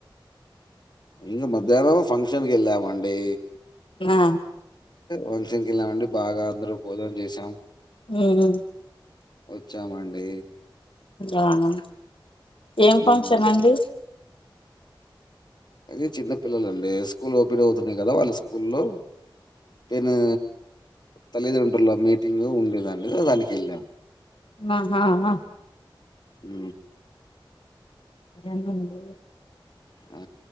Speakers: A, on the left (about 55°); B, on the left (about 75°).
A: నిన్న మధ్యాహ్నం ఫంక్షన్కి వెళ్ళామండి
B: ఆ
A: ఫంక్షన్ కి వెళ్ళం అండి బాగా అందరం భోజనం చేసాం
B: ఉహు
A: వచ్చామండి
B: అవున ఏం
A: హ్మ్.
B: ఫంక్షన్ అండి
A: అది చిన్న పిల్లలండి స్కూల్ ఓపెన్ అవుతున్నాయి కదా వాళ్ళ స్కూల్లో పెన్ను తల్లిదండ్రులు మీటింగ్ ఉండేదాన్ని దానికి వెళ్ళాము
B: ఆహా హా
A: ఉ
B: అదేన్నండి
A: ఆ